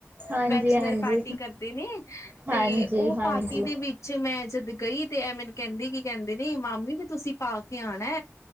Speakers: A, on the right; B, on the left.
A: ਹਾਂਜੀ
B: ਬੈਚਲਰ
A: ਹਾਂਜੀ
B: ਪਾਰਟੀ ਕਰਦੇ ਨੇ
A: ਹਾਂਜੀ
B: ਤੇ ਉਹ
A: ਹਾਂਜੀ
B: ਪਾਰਟੀ ਦੇ ਵਿੱਚ ਦੇ ਵਿੱਚ ਮੈਂ ਜਦ ਗਈ ਤੇ ਇਹ ਮੈਨੂੰ ਕਹਿੰਦੀ ਕੀ ਕਹਿੰਦੇ ਨੇ ਮਾਮੀ ਵੀ ਤੁਸੀਂ ਪਾ ਕੇ ਆਉਣਾ